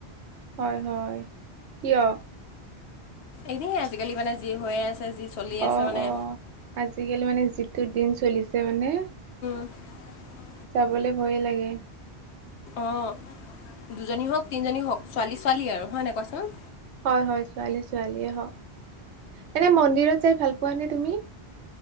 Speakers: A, on the right; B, on the left.
A: হয়-হয়, কিয়?
B: এনেই আজিকালি মানে যি হৈ আছে। যি চলি আছে
A: অ-অ
B: মানে
A: আজিকালি মানে যিটো দিন চলিছে মানে
B: <unintelligible>
A: যাবলে ভয় লাগে।
B: অ দুজনী হওক তিনিজনী হওক ছোৱালী-ছোৱালী আৰু। হয় নাই কোৱাচোন?
A: হয়-হয় ছোৱালী-ছোৱালীয়ে হওক এনে মন্দিৰত যাই ভাল পোৱানে তুমি?